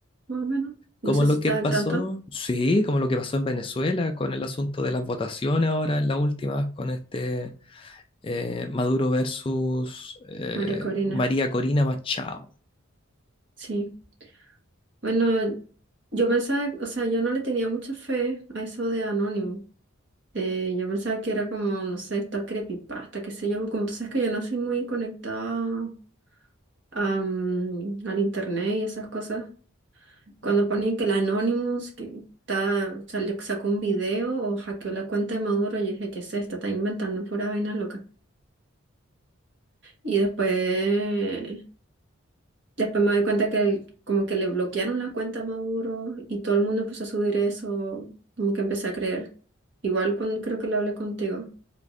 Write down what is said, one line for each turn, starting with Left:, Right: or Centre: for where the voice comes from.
Right: más o menos. No
Left: Como
Right: sé
Left: lo
Right: si estás
Left: que pasó,
Right: al tanto,
Left: sí, como lo que pasó en Venezuela con el asunto de las votaciones ahora en la última, con este eh, Maduro versus eh,
Right: María Corina.
Left: María Corina Machado.
Right: Sí. Bueno, yo pensaba, o sea, yo no le tenía mucha fe a eso de Anónimo. Eh, yo pensaba que era como, no sé, esta creepypasta, qué sé yo. Como tú sabes que yo no soy muy conectada a, mm, al internet y esas cosas. Cuando ponen que el Anonymous que está, salió, sacó un video o hackeó la cuenta de Maduro, yo dije, ¿qué es esto? Está inventando pura vaina loca. Y después Después me doy cuenta que el- como que le bloquearon la cuenta a Maduro y todo el mundo empezó a subir eso, como que empecé a creer. Igual cuando creo que lo hablé contigo,